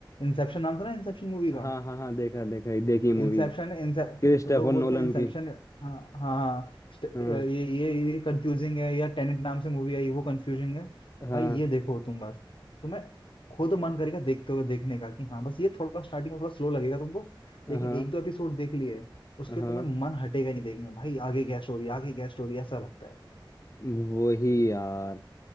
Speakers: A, on the left; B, on the left.
A: इंसेप्शन नाम सुना है? इंसेप्शन मूवी का
B: हाँ हाँ हाँ देखा देखा ये देखी मूवी
A: इंसेप्शन
B: क्रिस्टोफर
A: लोग बोलते
B: नोलन
A: हैं इंसेप्शन
B: की
A: हाँ हाँ हाँ, स्ट-
B: हाँ
A: ये ये ये कंफ्यूजिंग है या टेनेंट नाम से मूवी आई वो कंफ्यूजिंग है
B: हाँ
A: भाई ये देखो तुम बस तुम्हें खुद मन करेगा देखते हुए देखने का कि हाँ बस ये थोड़ा स्टार्टिंग में थोड़ा स्लो लगेगा तुमको
B: हाँ
A: लेकिन एक दो एपिसोड देख लिए उसके
B: हाँ
A: तुम्हें मन हटेगा नहीं देखने का, भाई आगे क्या स्टोरी आगे क्या स्टोरी ऐसा लगता है
B: वही यार